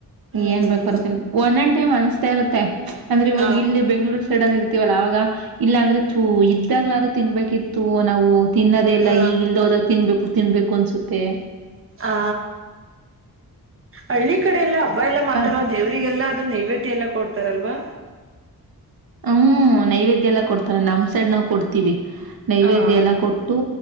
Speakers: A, on the right; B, on the right.
A: ಹ್ಮ್
B: ಏನ್ ಬೇಕ ಒಂ ಟೈಮ್ ಅನಸ್ತಾ ಇರುತ್ತೆ ಅಂದ್ರೆ ಇವಾಗ
A: ಹ
B: ಇಲ್ಲಿ ಬೆಂಗ್ಗಳೂರು ಸೈಡ್ ಅಲ್ಲಿ ಇರ್ತೀವಲ್ಲ ಅವಾಗ. ಇಲ್ಲಾಂದ್ರೆ ಇದ್ದಾಗ್ಲಾರು ತಿನ್ಬೇಕಿತ್ತು ನಾವು ತಿನ್ನದೆ ಎಲ್ಲ
A: ಹಾ
B: ಈಗ ಇಲ್ದ ಹೋದಾಗ ತಿನ್ಬೇಕು. ತಿನ್ಬೇಕು ಅನ್ಸುತ್ತೆ.
A: ಆ ಹಳ್ಳಿ ಕಡೆ ಎಲ್ಲಾ ಹಬ್ಬ ಎಲ್ಲಾ ಮಾತಾರ
B: ಅದ್
A: ದೇವ್ರರಿಗೆಲ್ಲಾ. ಅದು ನೈವೇದ್ಯ ಎಲ್ಲ ಕೊಡ್ತಾರಲ್ವಾ.
B: ಹ್ಮ್ ನೈವೇದ್ಯ ಎಲ್ಲ ಕೊಡ್ತಾರೆ ನಮ್ ಸೈಡ್ ನಾವ್ ಕೊಡ್ತೀವಿ. ನೈವೇದ್ಯ
A: ಹ
B: ಎಲ್ಲ ಕೊಟ್ಟು